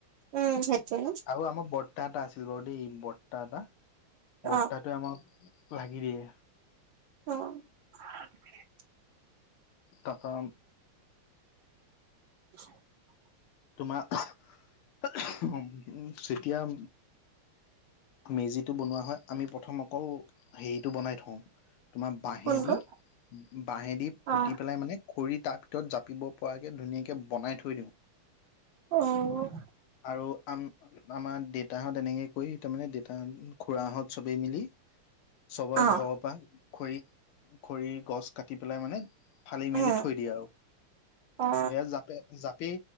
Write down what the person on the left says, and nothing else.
আৰু আমাৰ বৰ্তা এটা আছিল বাৰু দেই বৰ্তা এটা বৰ্তাটো
আমাৰ লাগি দিয়ে।
তাৰপা
তোমাৰ যেতিয়া মেজিটো বনোৱা হয় আমি প্ৰথম অকল হেৰিটো বনাই থওঁ। তোমাৰ বাহেদি
বাহেদি পুতি
পেলাই মানে খৰি তাৰ ভিতৰত জাপিব পৰাকৈ ধুনীয়াকৈ বনাই থৈ দিওঁ
আৰু আম আমাৰ দেতাহঁত তেনেকে কৰি তাৰমানে দেতাহ খুৰা হঁত চবেই মিলি চবৰ
ঘৰৰ পৰা খৰি খৰিৰ গছ কাটি পেলাই মানে ফালি
মেলি থৈ দিয়ে আৰু সেইয়া
জাপি জাপি